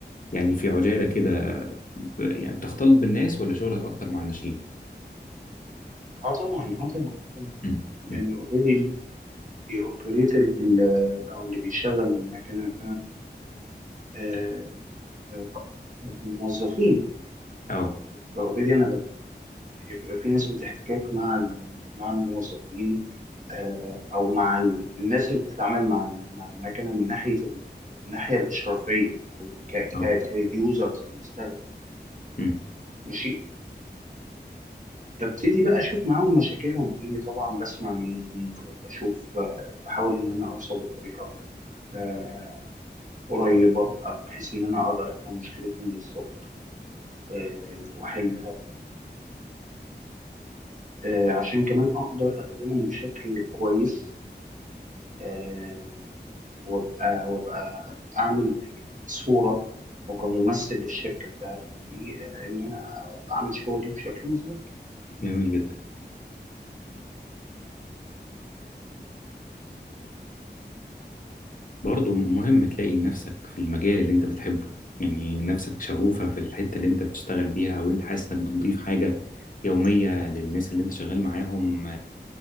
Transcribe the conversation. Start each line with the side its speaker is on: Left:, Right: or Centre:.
Left: يعني في عجالة كده ب- يعني بتختلط بالناس ولا شغلك أكتر مع الناشئين؟
Right: اه طبعا اه طبعا طبعا
Left: مم.
Right: لان
Left: مم.
Right: اوريدي اللي بيوبريت ال- او اللي بيشغل المكنه آه، آه، الموظفين
Left: أه
Right: فاوريدي انا ب- بيبقى في نسبه احتكاك مع ال- مع الموظفين آه، او مع ال- الناس اللي بتتعامل مع ال- مع المكنه من ناحيه ال- الناحيه الاشرافيه او ك-
Left: أه
Right: ك- كيوزر كمستخدم
Left: أمم.
Right: ماشي ببتدي بقى اشوف معاهم مشاكلهم ايه طبعا بسمع منهم وبشوف آه، بحاول ان انا اوصل لطريقه آه، قريبه آه، بحيث ان انا اقدر افهم مشكلتهم بالظبط آه، واحلها آه، عشان كمان اقدر اخدمهم بشكل كويس آه، وابقى وابقى اعمل يعني كصوره وكممثل للشركه بتاعتي آه، ان انا بعمل شغلي بشكل مظبوط
Left: جميل جدا برضه مهم تلاقي نفسك في المجال اللي انت بتحبه يعني نفسك شغوفة في الحتة اللي انت بتشتغل بيها او انت حاسس انك بتضيف حاجة يومية للناس اللي انت شغال معاهم